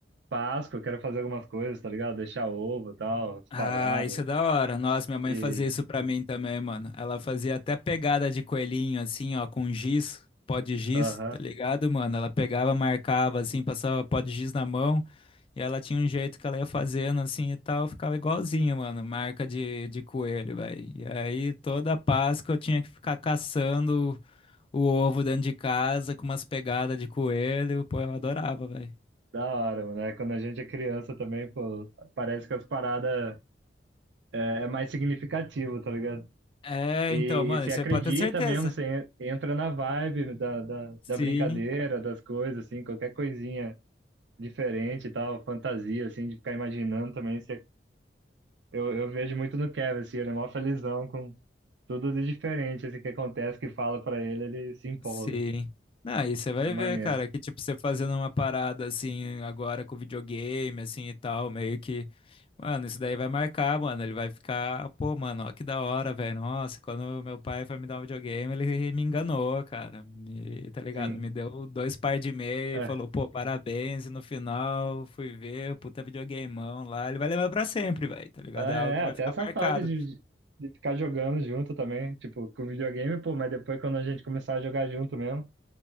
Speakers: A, on the right; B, on the left.
A: Páscoa, eu quero fazer algumas coisas, tá ligado? Deixar ovo e tal, espalhado.
B: Ah, isso é da hora. Nossa, minha mãe
A: E,
B: fazia isso pra mim também, mano. Ela fazia até pegada de coelhinho, assim, ó, com giz, pó de giz,
A: aham,
B: tá ligado, mano? Ela pegava, marcava, assim, passava pó de giz na mão, e ela tinha um jeito que ela ia fazendo, assim, e tal, ficava igualzinho, mano, marca de, de coelho, velho. E aí, toda Páscoa eu tinha que ficar caçando o ovo dentro de casa com umas pegadas de coelho, pô, eu adorava, velho.
A: da hora, mano. É, Quando a gente é criança também, pô, parece que as paradas é, é mais significativo, tá ligado?
B: É,
A: E,
B: então, mano,
A: e se
B: isso
A: acredita
B: aí pode ter certeza.
A: mesmo, você en- entra na vibe da, da,
B: Sim.
A: da brincadeira, das coisas, assim, qualquer coisinha diferente e tal, fantasia, assim, de ficar imaginando também. Você, eu, eu vejo muito no Kevin, assim, ele é mó felizão com tudo de diferente, assim, que acontece, que fala pra ele, ele se empolga.
B: Sim. Não, e você vai
A: É maneiro,
B: ver, cara, que tipo, você fazendo uma parada assim, agora com videogame, assim e tal, meio que. Mano, isso daí vai marcar, mano. Ele vai ficar, pô, mano, ó que da hora, velho. Nossa, quando meu pai foi me dar um videogame, ele me enganou, cara. Me, tá ligado?
A: sim.
B: Me deu dois par de meia
A: É,
B: e falou, pô, parabéns. E no final, fui ver, puta videogameão lá. Ele vai lembrar pra sempre, velho, tá ligado?
A: Ah, é,
B: É algo que
A: é, até
B: vai ficar
A: essa
B: marcado.
A: fase de, de ficar jogando junto também, tipo, com videogame, pô, mas depois quando a gente começar a jogar junto mesmo.